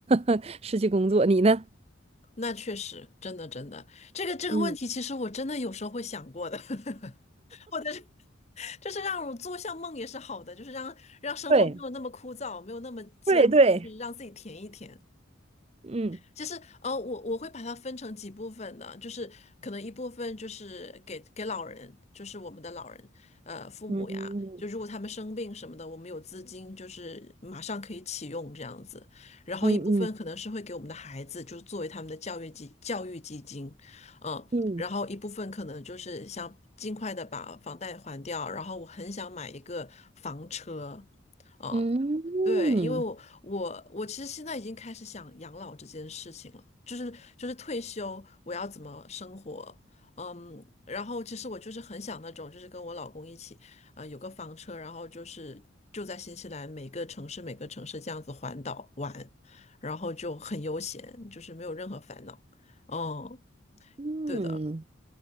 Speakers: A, on the right; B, on the left.
A: <laughs> 失去工作。你呢？
B: 那确实，真的真的，这个这个问题，
A: 嗯，
B: 其实我真的有时候会想过的，<laughs> 或者是就是让我做项梦也是好的，就是让让生活没有那么枯燥，
A: 对
B: 没有那么艰难，
A: 对对，
B: 就是让自己填一填。
A: 嗯
B: 其实，呃，我我会把它分成几部分的，就是可能一部分就是给给老人，就是我们的老人，呃，父母呀，
A: 嗯嗯
B: 就如果他们生病什么的，我们有资金，就是马上可以启用这样子。然后一部分可能是会给我们的孩子，
A: 嗯嗯
B: 就是作为他们的教育基教育基金，嗯，
A: 嗯。
B: 然后一部分可能就是想尽快的把房贷还掉，然后我很想买一个房车。啊、
A: 嗯
B: 对，
A: 嗯。
B: 因为我我我其实现在已经开始想养老这件事情了，
A: 嗯
B: 就是就是退休我要怎么生活，嗯，然后其实我就是很想那种，就是跟我老公一起，呃，有个房车，然后就是就在新西兰每个城市每个城市这样子环岛玩，然后就很悠闲，就是没有任何烦恼，嗯，
A: 嗯
B: 对的。